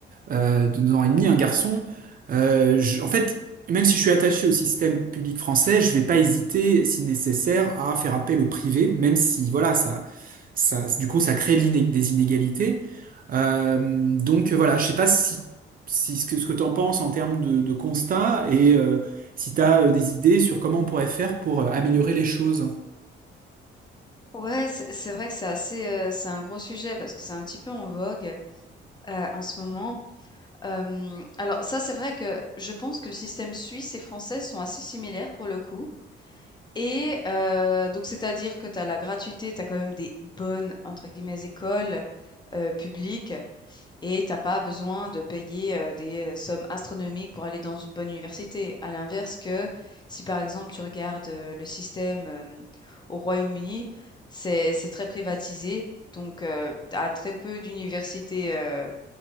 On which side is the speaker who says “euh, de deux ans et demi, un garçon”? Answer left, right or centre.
Right